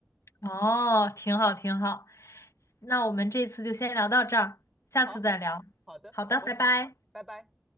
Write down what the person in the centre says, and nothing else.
<laughs>
好，好的，
好的，
拜拜。